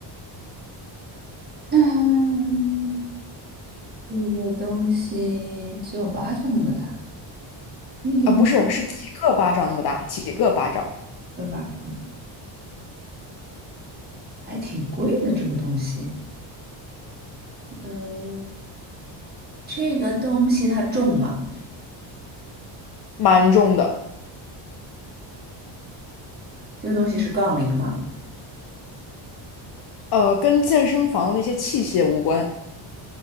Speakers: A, on the right; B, on the left.
A: 嗯，这个东西只有巴掌那么大，运动
B: 啊，不是，是几个巴掌那么大，几个巴掌，
A: 对吧？还挺贵的这个东西。嗯，这个东西它重吗？
B: 蛮重的。
A: 这个东西是杠铃吗？
B: 呃，跟健身房的那些器械无关，